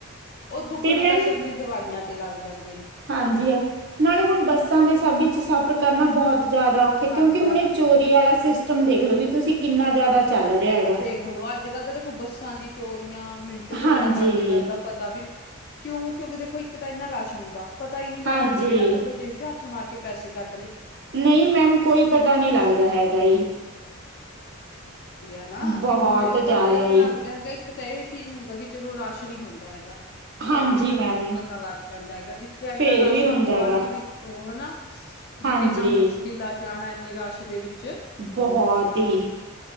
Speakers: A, on the left (about 45°); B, on the right (about 50°).
A: ਉਹ ਦੁੱਗਣੇ
B: ਤੇ ਮੈਮ
A: ਪੈਸੇ ਆਪਣੀ ਦਵਾਈਆਂ ਤੇ ਤੇ ਲੱਗ ਜਾਂਨ।
B: ਹਾਂਜੀ, ਆ ਨਾਲੇ ਹੁਣ ਬੱਸਾਂ ਦੇ ਸਭ ਵਿੱਚ ਸਫ਼ਰ ਕਰਨਾ ਬਹੁਤ ਜ਼ਿਆਦਾ ਔਖੇ ਕਿਉਂਕਿ
A: ਹਾਂਜੀ-ਹਾਂਜੀ
B: ਹੁਣ ਇਹ ਚੋਰੀ ਵਾਲਾ ਸਿਸਟਮ ਦੇਖ ਲੋ ਵੀ ਤੁਸੀਂ ਕਿੰਨਾ ਜ਼ਿਆਦਾ ਚੱਲ ਰਿਹਾ ਹੈਗਾ
A: ਦੇਖਲੋ ਅੱਜ ਕੱਲ੍ਹ ਤਾਂ ਦੇਖੋ ਬੱਸਾਂ ਦੀ ਚੋਰੀਆਂ ਮਿੰਟ ਚ
B: ਹਾਂਜੀ
A: ਅਗਲਾ ਕਰ ਲੈ ਜਾਂਦਾ ਪਤਾ ਵੀ ਨਹੀਂ ਕਿਉਂ? ਕਿਉਂਕਿ ਦੇਖੋ ਇੱਕ ਤਾਂ ਇੰਨਾ ਰਸ਼ ਹੁੰਦਾ। ਪਤਾ ਹੀ ਨਹੀਂ ਲੱਗਦਾ
B: ਹਾਂਜੀ
A: ਕਿਹੜਾ ਕਦੋਂ ਜੇਬ ਮਾਰ ਕੇ ਪੈਸੇ ਕੱਢ ਲਏ।
B: ਨਹੀਂ ਮੈਮ ਕੋਈ ਪਤਾ ਨ ਲੱਗਦਾ ਹੈਗਾ।
A: ਏਨਾ
B: ਬਹੁਤ
A: ਕਿ ਬੰਦੇ ਨੂੰ ਪਤਾ
B: ਜ਼ਿਆਦਾ
A: ਹੀ ਨਹੀਂ
B: ਜੀ
A: ਲੱਗਦਾ ਹੈਗਾ। ਕਿ ਤਾਂ ਇਹ ਚੀਜ਼ ਹੁੰਦਾ ਕਿ ਚਲੋ ਰਾਸ਼ ਨਹੀਂ ਹੁੰਦਾ ਹੈਗਾ।
B: ਹਾਂਜੀ
A: ਤਾਂ ਵੀ ਬੰਦੇ
B: ਮੈਮ
A: ਨੂੰ ਪਤਾ ਲੱਗ ਜਾਂਦਾ ਹੈਗਾ ਜਿੱਥੇ ਇੰਨਾ
B: ਫੇਰ
A: ਰਸ਼
B: ਵੀ
A: ਹੁੰਦਾ
B: ਹੈਗਾ
A: ਵੀ ਉਹਨਾ
B: ਹਾਂਜੀ
A: ਵੀ ਕਿੰਨਾ ਮੁਸ਼ਕਿਲ ਆ ਜਾਣਾ। ਨਿ ਰਸ਼ ਦੇ ਵਿੱਚ
B: ਬਹੁਤ ਹੀ।